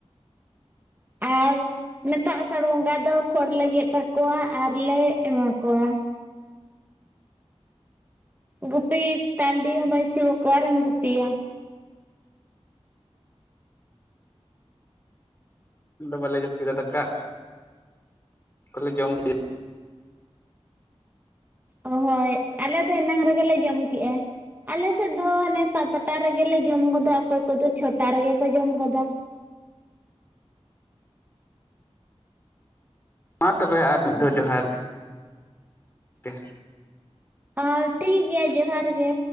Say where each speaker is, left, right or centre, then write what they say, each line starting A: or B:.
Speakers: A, on the right; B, on the left.
A: ᱟᱨ ᱱᱤᱛᱚᱜ ᱟᱥᱟᱲ ᱵᱚᱸᱜᱟ ᱫᱚ ᱠᱷᱚᱲ ᱞᱮ ᱜᱮᱫ ᱠᱟᱠᱚᱣᱟ ᱟᱨᱞᱮ ᱮᱢᱟᱠᱚᱣᱟ ᱾ ᱜᱩᱯᱤ ᱴᱟᱺᱰᱤ ᱦᱚᱸ ᱵᱟᱪᱩᱜ ᱚᱠᱟᱨᱮᱢ ᱜᱩᱯᱤᱭᱟ?
B: ᱵᱟᱞᱮ ᱡᱟᱹᱯᱤᱫᱟ ᱫᱟᱠᱟ <unintelligible> ᱠᱚᱞᱮ ᱡᱚᱢ ᱜᱮᱭᱟ ᱾
A: ᱦᱳᱭ ᱟᱞᱮ ᱫᱚ ᱮᱱᱟᱝ ᱨᱮᱜᱮ ᱞᱮ ᱡᱚᱢ ᱠᱮᱜᱼᱟ ᱾ ᱟᱞᱮ ᱥᱮᱫ ᱫᱚ ᱦᱟᱱᱮ ᱥᱟᱛᱴᱟ ᱨᱮᱜᱮᱞᱮ ᱡᱚᱢ ᱜᱚᱫᱟ ᱚᱠᱚᱭ ᱠᱚᱫᱚ ᱪᱷᱚᱴᱟ ᱨᱮᱜᱮ ᱠᱚ ᱡᱚᱢ ᱜᱚᱫᱟ᱾
B: ᱢᱟ ᱛᱚᱵᱮ ᱟᱨ ᱢᱤᱫ ᱫᱷᱟᱣ ᱡᱚᱦᱟᱨ ᱜᱮ ᱾ <inaudible>
A: ᱚ ᱴᱷᱤᱠ ᱜᱮᱭᱟ ᱡᱚᱦᱟᱨ ᱜᱮ᱾